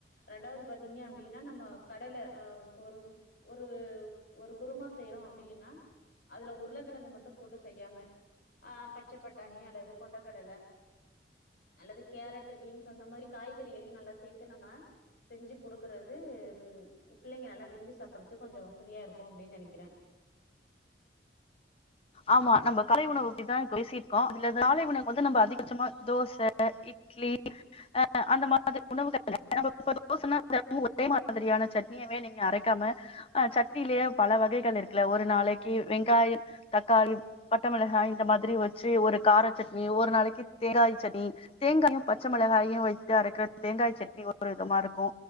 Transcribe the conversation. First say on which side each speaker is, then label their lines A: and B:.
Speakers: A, on the left (about 70°); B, on the left (about 30°).
A: ரெண்டாவுது பாத்தீங்க அப்டின்னா நம்ம கடல ஆ கொரு ஒரு ஒரு குருமா செய்றோ அப்டின்னா அதுல உருளக்கெழங்கு மட்டு போட்டு செய்யாம ஆ பச்சை பட்டாணி அல்லது கொண்டக்கடல அல்லது கேரட்டு பீன்ஸ் அந்த மாரி காய்கறிகளையு நல்லா சேத்து நம்ம செஞ்சு குடுக்குறது பிள்ளைங்க நல்லா விரும்பி சாப்புறதுக்கு கொஞ்சோ வசதியாக இருக்கு அப்டின் நெனக்கிறே
B: ஆமா நம்ப காலை உணவு அப்டிதா பேசிருக்கோ அதுல காலை உணவு வந்து நம்ப அதிகபட்சமா தோச இட் லி அ அந்த மாதிரி உணவுகள் இப்ப தோசனா தெனமு ஒரே மாதிரியான சட்னியவே நீங்க அரைக்காம ஆ சட்னியிலயே பல வகைகள் இருக்குல ஒரு நாளைக்கு வெங்காய தக்காளி பட்டமெளகாய் இந்த மாதிரி வச்சு ஒரு கார சட்னி ஒரு நாளைக்கு தேங்காய் சட்னி தேங்காயு பச்ச மிளகாயு வைத்து அரைக்ற தேங்காய் சட்னி ஒரு விதமா இருக்கு